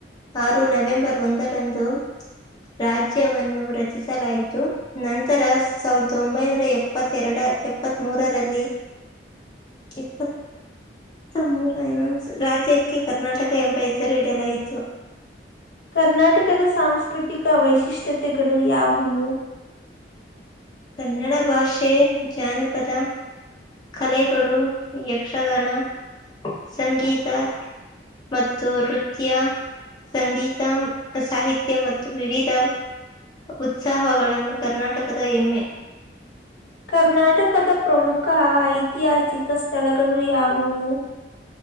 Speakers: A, on the left; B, on the left.
A: ಆರು ನವೆಂಬರ್ ಒಂದರಂದು ರಾಜ್ಯವನ್ನು ರಚಿಸಲಾಯಿತು ನಂತರ ಸಾವಿರದ ಒಂಬೈನೂರ ಎಪ್ಪತ್ತೆರಡ ಎಪ್ಪತ್ತ್ ಮೂರರಲ್ಲಿ ಎಪ್ಪತ್ <inaudible> ಮ್ಮರ ಏನ ರಾಜ್ಯಕ್ಕೆ ಕರ್ನಾಟಕ ಎಂಬ ಹೆಸರು ಇಡಲಾಯ್ತು
B: ಕರ್ನಾಟಕದ ಸಾಂಸ್ಕೃತಿಕ ವೈಶಿಷ್ಟ್ಯತೆಗಳು ಯಾವುವು
A: ಕನ್ನಡ ಭಾಷೆ ಜಾನಪದ ಕಲೆಗಳು ಯಕ್ಷಗಾನ ಸಂಗೀತ ಮತ್ತು ನೃತ್ಯ ಸಂಗೀತ ಸಾಹಿತ್ಯ ಮತ್ತು ವಿವಿಧ ಉತ್ಸಾಹಗಳನ್ನು ಕರ್ನಾಟಕದ ಎಮ್ಮೆ
B: ಕರ್ನಾಟಕದ ಪ್ರಮುಖ ಮುಕ್ಕ ಐತಿಹಾಸಿಕ ಸ್ಥಳಗಳು ಯಾವುವು